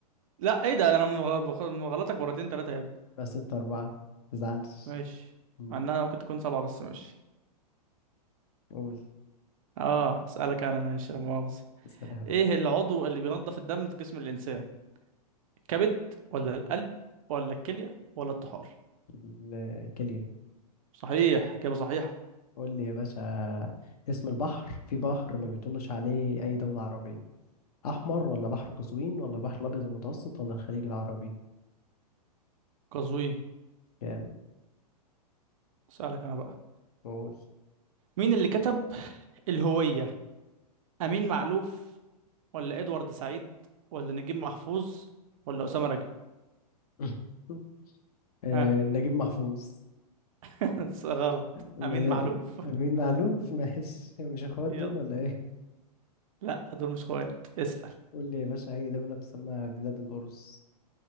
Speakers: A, on the right; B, on the left.
A: لا ايه ده انا مغ- مغ- مغلطك مرتين تلاتة يا ابني
B: بس ستة أربعة متزعلش
A: ماشي
B: مم،
A: مع انها ممكن تكون سبعة بس ماشي
B: قول
A: اه اسألك انا ماشي لا مؤاخذة
B: اسأل يا حبيبي
A: ايه العضو اللي بينظف الدم في جسم الانسان الكبد ولا القلب ولا الكلية ولا الطحال
B: الكلية
A: صحيح إجابة صحيحة
B: قول لي يا باشا اسم البحر في بحر ما بيطلش عليه أي دولة عربية أحمر ولا بحر قزوين ولا البحر الأبيض المتوسط ولا الخليج العربي
A: قزوين
B: جامد
A: اسألك انا بقى
B: قول
A: مين اللي كتب الهوية امين معلوف ولا ادوارد سعيد ولا نجيب محفوظ ولا اسامة رجب
B: <laughs> آه،
A: ها
B: نجيب محفوظ
A: <laughs> غلط
B: ملا...
A: امين معلوف
B: أمين معلوف <laughs> ماشي مش اخوات
A: <laughs> يلا
B: دول ولا ايه
A: لا دول مش اخوات اسأل
B: قول لي يا باشا أي دولة تسمى بلاد الأرز